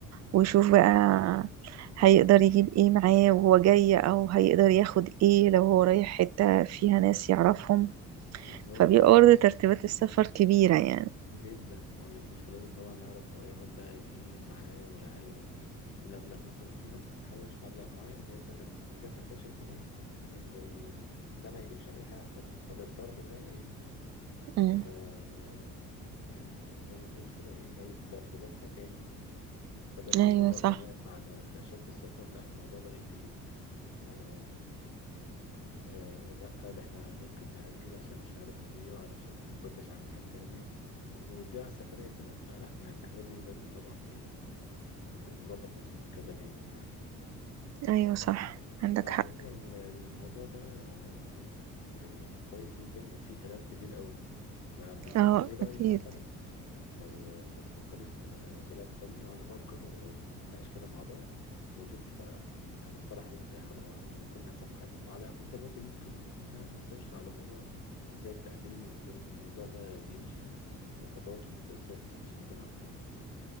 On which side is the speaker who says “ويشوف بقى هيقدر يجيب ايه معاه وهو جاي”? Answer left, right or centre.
Right